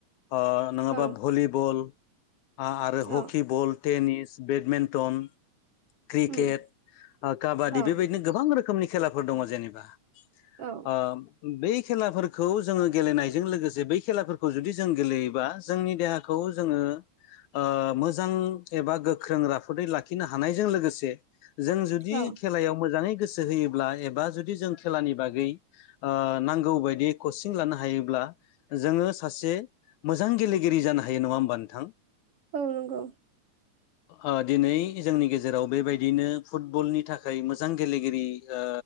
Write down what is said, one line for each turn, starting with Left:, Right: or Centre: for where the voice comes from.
Left: ओ नङाबा
Right: औ
Left: भलिबल आरो
Right: औ
Left: हकिबल टेनिस बेडमेन्टन क्रिकेट
Right: उम
Left: ओ काबादि
Right: औ
Left: बेबायदिनो गोबां रोखोमनि खेलाफोर दङ जेनेबा
Right: औ
Left: आ बै खेलाफोर खौ जोङो गेलेनायजों लोगोसे बै खेलाफोरखौ जुदि जों गेलेयोबा जोंनि देहाखौ जोङो ओ मोजां एबा गोख्रों राफोदै लाखिनो हानायजों लोगोसे जों जुदि
Right: औ
Left: खेलायाव मोजाङै गोसो होयोब्ला एबा जुदि जों खेलानि बागै ओ नांगौ बायदि। कचिं लानो हायोब्ला जोङो सासे मोजां गेलेगिरि जानो हायो नङा होमबा। नोंथां?
Right: औ नोंगौ।
Left: ओ दिनै जोंनि गेजेराव बेबायदिनो फुटबलनि थाखाय मोजां गेलेगिरि ओ।